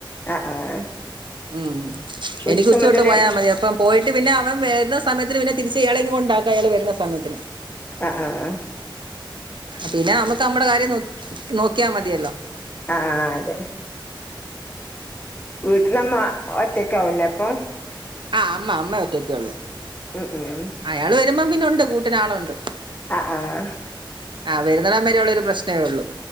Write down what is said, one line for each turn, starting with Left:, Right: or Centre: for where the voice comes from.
Left: അഹ് ആഹ്
Right: ഉം ഉം
Left: ഉച്ച
Right: എനിക്ക് ഉച്ചോട്ട്
Left: മുതല്
Right: പോയാ മതീ അപ്പ് ഇപ്പം പോയിട്ട് പിന്നെ അവൻ വരുന്ന സമയത്തിന് പിന്നെ തിരിചിയാളെങ്കൊണ്ടാക്ക അയാൾ വരുന്ന സമയത്തിന്
Left: അഹ് അഹ് ആഹ്
Right: പിന്നെ മക്ക് മ്മടെ കാര്യം നോ നോക്കിയാ മതിയല്ലോ
Left: അഹ് ആഹ് അതെ വീട്ടിലമ്മ ഒറ്റക്കാവൂല്ലേ അപ്പൊ?
Right: ആഹ് അമ്മ അമ്മ ഒറ്റയ്ക്കൊള്ളൂ
Left: ഉം ഉം
Right: അയാള് വരുമ്പം പിന്നെ ഉണ്ട് കൂട്ടിനാളുണ്ട്
Left: ആഹ് ആഹ്
Right: ആ വരുന്നടം വരെ ഉള്ള ഒരു പ്രശ്നേ ഉള്ളൂ